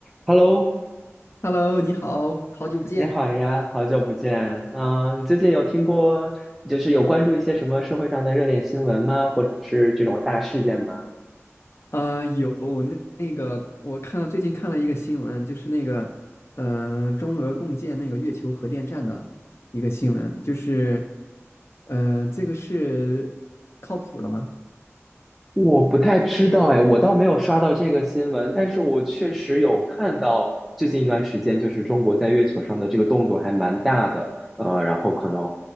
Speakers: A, in the centre; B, on the left.
A: Hello，
B: Hello，你好，好久不见。
A: 你好呀，好久不见。嗯、你最近有听过，就是有关注一些什么社会上的热点新闻吗？或者是这种大事件吗？
B: 啊，有那那个，我看了最近看了一个新闻，就是那个，嗯、呃中俄共建那个月球核电站的一个新闻，就是，呃，这个是靠谱的吗？
A: 我不太知道哎，我倒没有刷到这个新闻，但是我确实有看到最近一段时间，就是中国在月球上的这个动作还蛮大的，呃，然后可能